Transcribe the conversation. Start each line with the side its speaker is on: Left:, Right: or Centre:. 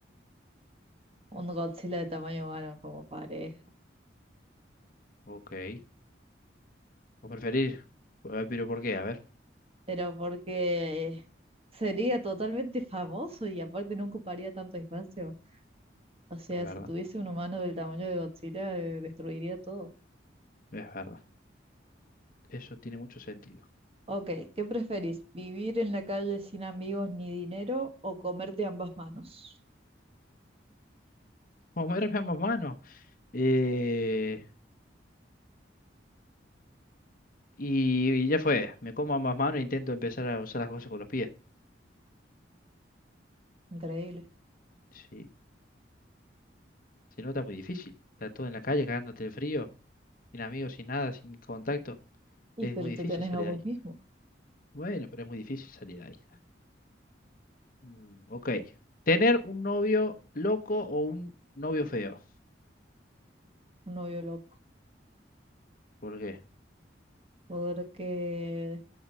Right: Un Godzilla de tamaño humano como pareja.
Left: Ok. ¿O preferir? Pero ¿por qué? A ver,
Right: Pero porque sería totalmente famoso y aparte no ocuparía tanto espacio. O sea,
Left: es verdad,
Right: si tuviese un humano del tamaño de Godzilla, eh, destruiría todo.
Left: es verdad. Eso tiene mucho sentido.
Right: Ok, ¿qué preferís? ¿Vivir en la calle sin amigos ni dinero o comerte ambas manos?
Left: Comerme ambas manos. Eh, y, y ya fue, me como ambas manos e intento empezar a usar las cosas con los pies.
Right: Increíble.
Left: Sí, si no está muy difícil. Está todo en la calle cagándote de frío, sin amigos, sin nada, sin contacto.
Right: Y
Left: Es
Right: pero
Left: muy
Right: te
Left: difícil
Right: tenés
Left: salir
Right: a vos
Left: de ahí.
Right: mismo,
Left: Bueno, pero es muy difícil salir de ahí. Mm, ok. Tener un novio loco o un novio feo.
Right: un novio loco.
Left: ¿Por qué?
Right: Porque